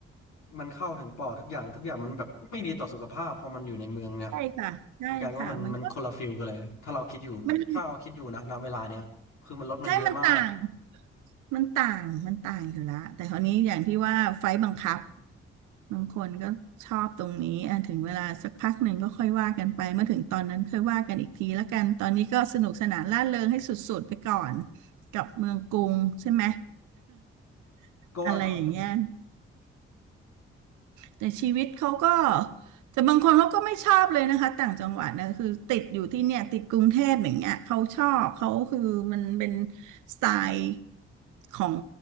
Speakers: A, on the left; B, on the right.
A: มันเข้าถึงปอดทุกอย่างทุกอย่างมันแบบไม่ดีต่อสุขภาพพอมันอยู่ในเมืองเนี่ย
B: ใช่ค่ะใช่ค่ะมันก็
A: มันกลายเป็นว่ามันมันคนละฟิลกันเลยถ้าเราคิดอยู่ถ้าเราคิดดูนะณเวลาเนี้ยคือมันลดมันเยอะมาก
B: มันใช่มันต่าง มันต่าง มันต่างอยู่และแต่คราวนี้อย่างที่ว่าไฟล์บังคับบางคนก็ชอบตรงนี้อ่ะถึงเวลาสักพักหนึ่งก็ค่อยว่ากันไป เมื่อถึงตอนนั้นค่อยว่ากันอีกทีแล้วกัน ตอนนี้ก็สนุกสนานร่าเริงให้สุดๆไปก่อนกับเมืองกรุงใช่ไหม <laughs>
A: ก็ว่างั้นเหมือนกัน
B: อะไรอย่างเงี้ย แต่ชีวิตเขาก็แต่บางคนเขาก็ไม่ชอบเลยนะคะต่างจังหวัดนะคือติดอยู่ที่เนี่ยติดกรุงเทพอย่างเงี้ยเขาชอบเขาคือมันเป็นสไตล์ของ